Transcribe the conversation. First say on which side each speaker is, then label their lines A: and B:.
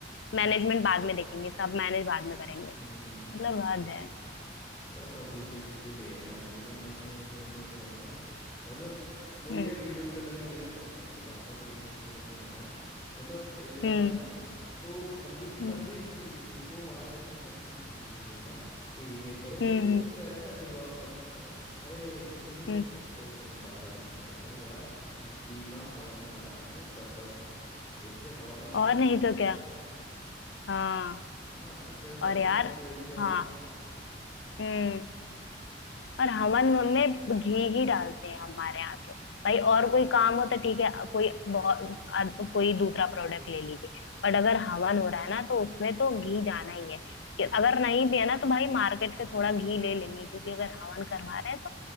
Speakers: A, on the left; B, on the left.
A: हम्म
B: मैनेजमेंट बाद में देखेंगे सब मैनेज बाद में करेंगे
A: हम्म,
B: मतलब
A: बात तो
B: हद
A: सही
B: है
A: है सब पब्लिसिटी के लिए है इवन आपने ये भी नोटिस करा होगा मतलब वो
B: हम्म
A: ये वीडियो वीडियो मैंने मेरे सामने की बात है रिसेंट की अगर मैं बताऊं मतलब एक गया
B: हम्म
A: था मैं तो पंडित
B: हम्म
A: पंडित जी जिनको मार्गदर्शन करना चाहिए चीज़ों का कि ये करो वो
B: हम्म
A: ही कह
B: हम्म
A: रहे हैं ना जुगाड़ हर चीज़ का अरे घी नहीं मिल
B: हम्म,
A: रहा कोई बात नहीं डालडा डाल देते अरे यार घी का हवन में डालने का एक पर्पस था इससे हवा में शुद्धिकरण
B: और नहीं तो
A: होता
B: क्या
A: है
B: हाँ
A: है ना उसका एक पर्पस
B: और यार
A: था एक रिचुअल
B: हाँ
A: था
B: हम्म और हमन में घी ही डालते हैं हमारे यहाँ तो भाई और कोई काम हो तो ठीक है कोई बहुत अ- कोई दूसरा प्रोडक्ट ले लीजिए बट अगर हवन हो रहा है ना तो उसमें तो घी जाना ही है कि अगर नहीं भी है ना तो भाई मार्केट से थोड़ा घी ले लेंगे क्योंकि अगर हवन करवा रहे हैं तो